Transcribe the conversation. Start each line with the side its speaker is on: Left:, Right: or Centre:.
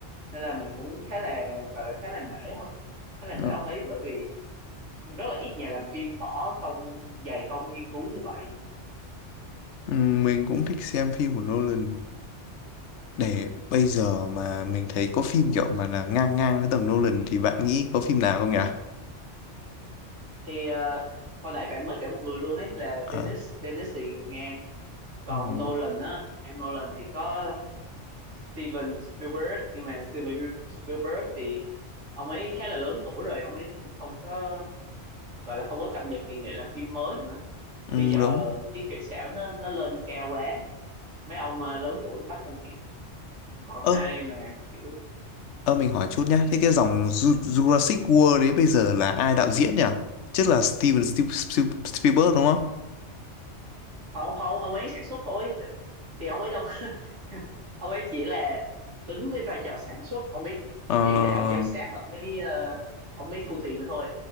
Right: nên là mình cũng khá là gọi là khá là nể không khá là
Left: Đó.
Right: nể ông ấy bởi vì rất là ít nhà làm phim bỏ công dày công nghiên cứu như vậy
Left: Ừ, Mình cũng thích xem phim của Nolan. để bây giờ mà mình thấy có phim kiểu mà là ngang ngang với tầm Nolan thì bạn nghĩ có phim nào không nhỉ?
Right: thì ờ, hồi nãy bạn mới kể một người luôn ấy là
Left: Ờ,
Right: Dennis Dennis thì ngang còn
Left: ừ,
Right: Nolan á em Nolan thì có Steven Spielberg nhưng mà Steven Spielberg thì ông ấy khá là lớn tuổi rồi ông ấy cũng không có gọi là không có cập nhật kỹ nghệ làm phim mới nữa
Left: ừ,
Right: bây giờ
Left: đúng.
Right: cái kỹ xảo nó nó lên cao quá mấy ông à, lớn tuổi bắt không kịp còn ai
Left: Ơ,
Right: mà kiểu
Left: ơ mình hỏi chút nhá. Thế cái dòng Ju- Jurassic World đấy bây giờ là ai đạo diễn nhỉ? Chắc là Steven Spiel- Spiel- Spielberg đúng không?
Right: không không ông ấy sản xuất thôi thì ông ấy đâu <laughs> ông ấy chỉ là đứng với vai trò sản xuất ông ấy
Left: Ờ,
Right: chỉ đạo giám sát và ông ấy ờ, ông ấy thu tiền nữa thôi